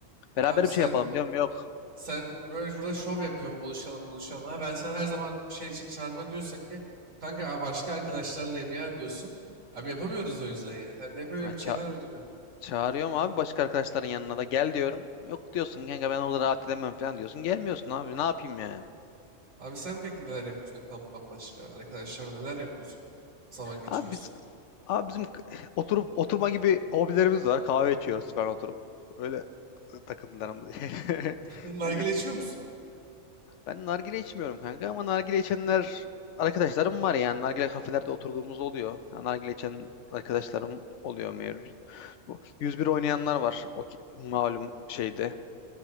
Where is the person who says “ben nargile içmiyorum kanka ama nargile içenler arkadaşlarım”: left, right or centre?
Left